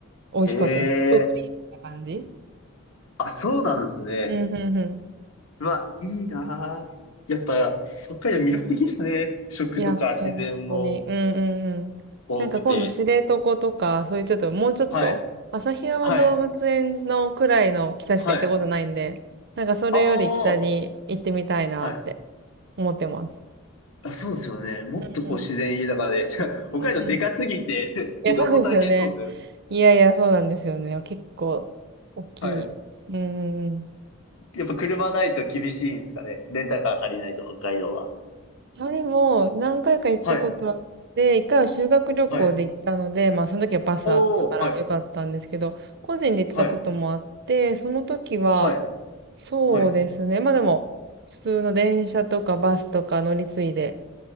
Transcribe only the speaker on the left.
ええー
あ、そうなんですね。
うわ、いいなあやっぱ、北海道魅力的ですね。食とか自然も
多くて。
はい。
はい。はい。
ああ、はい。
あ、そうですよね。もっとこう自然豊かで。
じゃあ北海道でかすぎて
<laughs>
移動も大変そうですよね。
<laughs> はい。
やっぱ車ないと厳しいんですかね。レンタカー借りないと北海道は。
はい、
はい。
おおはい、
はい、
はい、
はい。